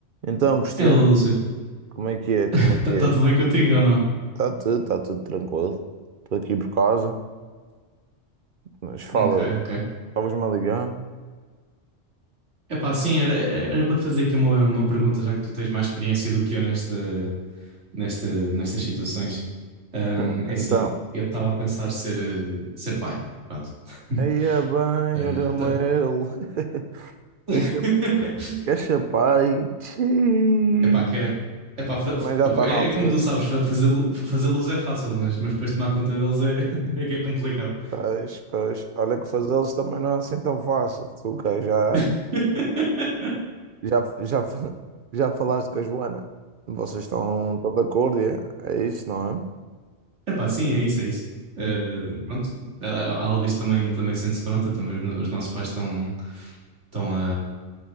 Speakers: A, on the right; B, on the right.
A: Então, Cristiano,
B: Hello, Lúcio.
A: como é que é? Como
B: Está
A: é que é?
B: tudo bem contigo ou não?
A: Está tudo, está tudo tranquilo. Estou aqui por casa, mas fala,
B: Ok, ok.
A: estavas-me a ligar?
B: Epá, sim, era, era para te fazer aqui uma, uma pergunta, já que tu tens mais experiência do que eu nesta, nesta, nestas situações. Ahm,
A: Hum,
B: é
A: Então,
B: assim, eu estava a pensar ser, eh, ser pai. Pronto. <laughs>
A: aí é bem,
B: Eh,
A: olha-me
B: tá-
A: ele. <laughs>
B: <laughs>
A: Quer cha- quer chapai? Tchiii.
B: Epá, quer. Epá, fa-
A: Também
B: fa-
A: já está
B: é,
A: na altura.
B: é como tu sabes, fa- fazer, lu- fa- fazer luz é fácil, mas, mas depois tomar conta deles é, <laughs> é que é complicado.
A: Pois, pois, olha que fazê-los também não é assim tão fácil. Tu que já,
B: <laughs>
A: já, já, fa- já falaste com a Joana. Vocês estão, estão de acordo, é? É isso, não é?
B: Epá, sim, é isso, é isso. Eh, pronto, a a Aldiz também, também sente-se pronta, também os, no- os nossos pais estão estão a